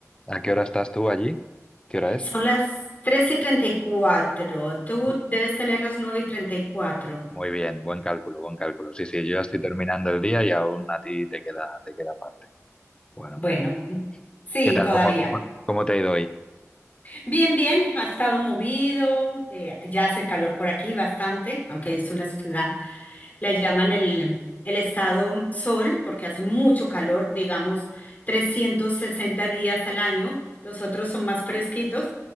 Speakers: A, on the left; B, on the left.
A: ¿A qué hora estás tú allí? ¿Qué hora es?
B: Son las 3 y 34. Tú
A: Uy,
B: debes tener las 9 y 34.
A: muy bien, buen cálculo, buen cálculo. Sí, sí, yo ya estoy terminando el día y aún a ti te queda, te queda parte. Bueno,
B: Bueno,
A: me alegro.
B: <laughs> sí,
A: ¿Qué tal?
B: todavía.
A: ¿Cómo, cómo, cómo te ha ido hoy?
B: Bien, bien, ha estado movido, eh, ya hace calor por aquí bastante, aunque es una ciudad, la llaman el, el estado sol porque hace mucho calor, digamos 360 días al año, los otros son más fresquitos,